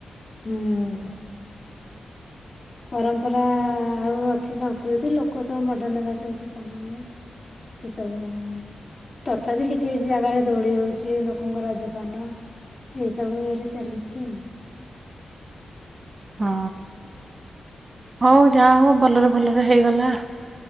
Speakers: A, on the left; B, on the right.
A: ହୁଁ-ଉ-ଉ। ପରମ୍ପରା-ଆ-ଆ-ଆ ଆଉ ଅଛି ସଂସ୍କୃତି ଲୋକ ସବୁ ମଡର୍ଣ <unintelligible> ସବୁ ଇଏ। ଏସବୁ-ଉ-ଉ ତଥାପି କିଛି କିଛି ଜାଗାରେ ଦୌଡି ହଉଛି, ଲୋକଙ୍କ ରଜପାନ। ଏଇ ସବୁ ଇଏରେ ଚାଲିଛି ଆଉ
B: ହଁ ହଉ ଯାହା ହଉ ଭଲରେ ଭଲରେ ହେଇଗଲା